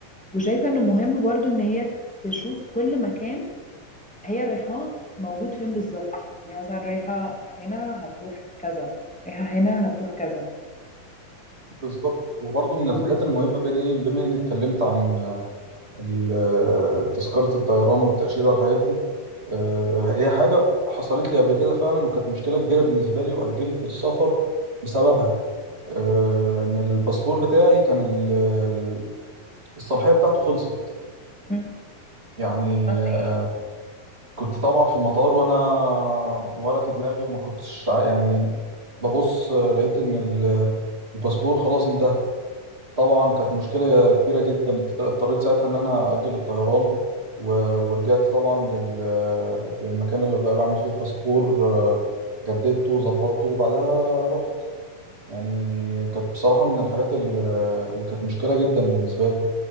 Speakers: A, in the centre; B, on the right.
A: وشايفه انه مهم برضو ان هي تشوف كل مكان هي رايحاه موجود فين بالظبط يعني مثلا رايحه هنا هتروح كذا رايحه هنا هتروح كذا
B: بالظبط وبرضه من
A: آم،
B: الحاجات المهمة بين إيه بما إني اتكلمت عن ال- آه، تذكرة الطيران والتأشيرة والحاجات دي آه، هي حاجة حصلت لي قبل كده فعلا وكانت مشكلة كبيرة بالنسبة لي وأجلت السفر بسببها آه، إن الباسبور بتاعي كان ال- ال- الصلاحية بتاعته خلصت
A: مم.
B: يعني
A: عملت
B: آه،
A: ايه
B: كنت طبعا في المطار وأنا ولا في دماغي وما كنتش ع- يعني ببص آه، لقيت إن ال- الباسبور خلاص انتهى طبعا كانت مشكلة كبيرة جدا اضط- اضطريت ساعتها ان انا اجل الطيران و... ورجعت طبعا لل... للمكان اللي ب- بعمل فيه الباسبور آه، جددته وظبطته وبعدها رحت يعني كانت بصراحة من الحاجات ال- اللي كانت مشكلة جدا بالنسبة لي